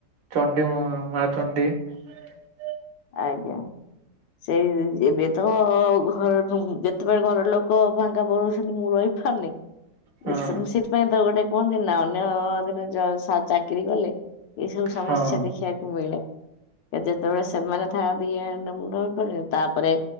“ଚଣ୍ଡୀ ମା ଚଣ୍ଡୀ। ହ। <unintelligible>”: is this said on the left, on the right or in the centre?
Right